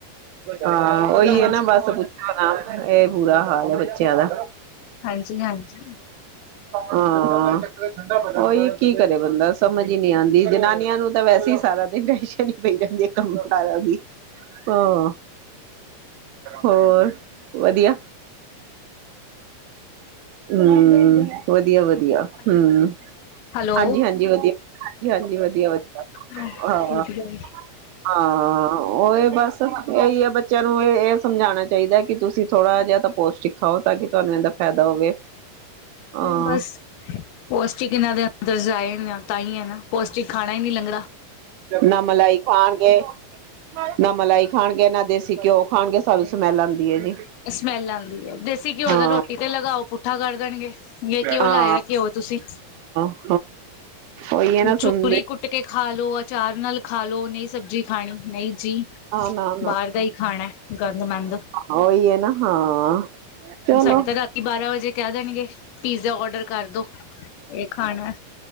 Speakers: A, on the right (about 90°); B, on the left (about 80°).
A: ਹਾਂ ਉਹੀ
B: ਹਾਂਜੀ
A: ਹੈ, ਨਾ ਬਸ ਹੁਣ ਇਹ ਬੁਰਾ ਹਾਲ ਹੈ, ਬੱਚਿਆਂ ਦਾ।
B: ਹਾਂਜੀ ਹਾਂਜੀ
A: ਹਾਂ ਉਹੀ ਕੀ ਕਰੇ ਬੰਦਾ ਸਮਝ ਹੀ ਨਹੀਂ ਆਉਂਦੀ ਜਨਾਨੀਆਂ ਨੂੰ ਤਾਂ ਵੈਸੇ ਹੀ ਸਾਰਾ ਦਿਨ ਟੈਸ਼ਨ ਪਈ ਰਹਿੰਦੀ, ਕੰਮ ਕਾਰਾ ਦੀ ਹਾਂ। ਹੋਰ ਵਧੀਆ। ਹੂ ਵਧੀਆ, ਵਧੀਆ ਹੂ।
B: ਹੈਲੋ ਹੈਲੋ
A: ਹਾਂਜੀ, ਹਾਂਜੀ, ਵਧੀਆ ਹਾਂਜੀ ਹਾਜੀ ਵਧੀਆ ਵਧੀਆ
B: ਵਧੀਆ
A: ਹਾਂ।
B: ਜੀ।
A: ਹਾਂ ਉਹ ਇਹ ਬਸ ਇਹੀ ਹੈ, ਬੱਚਿਆਂ ਨੂੰ ਇਹ ਇਹ ਸਮਝਾਉਣਾ ਚਾਹੀਦਾ ਕਿ ਤੁਸੀਂ ਥੋੜ੍ਹਾ ਜਿਹਾ ਤਾਂ ਪੋਸ਼ਟਿਕ ਖਾਓ, ਤਾਂ ਕਿ ਤੁਹਾਨੂੰ ਇਹਦਾ ਫਾਇਦਾ ਹੋਵੇ। ਹਾਂ
B: ਬਸ ਪੋਸ਼ਟਿਕ ਇਹਨਾਂ ਦੇ ਅੰਦਰ ਜਾਏ ਆ ਤਾਂ ਹੀ ਹੈ, ਨਾ ਪੋਸ਼ਟਿਕ। ਖਾਣਾ ਹੀ ਨਹੀਂ ਲੰਗਣਾ।
A: ਨਾ ਮਲਾਈ ਖਾਣਗੇ, ਨਾ ਮਲਾਈ ਖਾਣਗੇ ਨਾ ਦੇਸੀ ਘਿਓ ਖਾਣਗੇ, ਸਾਨੂੰ ਸਮੈਲ ਆਉਂਦੀ ਹੈ ਜੀ।
B: ਸਮੈਲ ਆਉਂਦੀ ਹੈ, ਦੇਸੀ ਘਿਓ
A: ਹਾਂ
B: ਦਾ ਰੋਟੀ ਤੇ ਲਗਾਓ ਪੁੱਠਾ ਕਰ ਦੇਣਗੇ। ਏ ਘਿਉਂ
A: ਹਾਂ
B: ਲਾਇਆ, ਕਿਉ ਤੁਸੀਂ।
A: ਹਾਂ। ਉਹੀ ਹੈ ਨਾ
B: ਚੂਰੀ
A: ਸੁਣਦੇ
B: ਕੁੱਟ ਕੇ ਖਾ ਲੋ, ਅਚਾਰ ਨਾਲ ਖਾ ਲਓ ਨਹੀਂ ਸਬਜ਼ੀ ਖਾਣੀ ਨਹੀਂ ਜੀ,
A: ਨਾ ਨਾ
B: ਬਾਹਰ ਦਾ ਹੀ ਖਾਣਾ ਗੰਦਮੰਦ।
A: ਉਹੋ ਹੀ ਏ ਨਾ ਹਾਂ। ਚਲੋ
B: ਸਾਡੇ ਤਾਂ ਰਾਤੀ ਬਾਰਾਂ ਵਜੇ ਕਹਿ ਦੇਣਗੇ, ਪੀਜ਼ਾ ਔਡਰ ਅੋਡਰ ਕਰਦੋ, ਇਹ ਖਾਣਾ